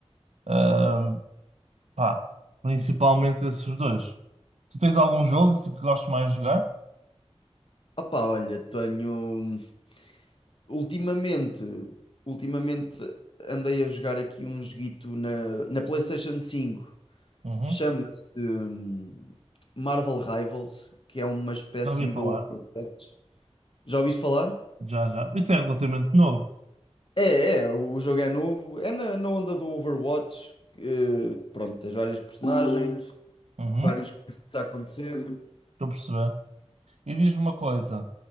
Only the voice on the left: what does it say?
Opá, olha, tenho. Ultimamente, ultimamente andei a jogar aqui um joguito na, na PlayStation cinco,
Chama-se hum, Marvel Rivals, que é uma espécie
de Overwatch. Já ouviste falar?
É, é, o jogo é novo. É na, na onda do Overwatch. que, pronto, tens vários personagens,
vários coisas a acontecer.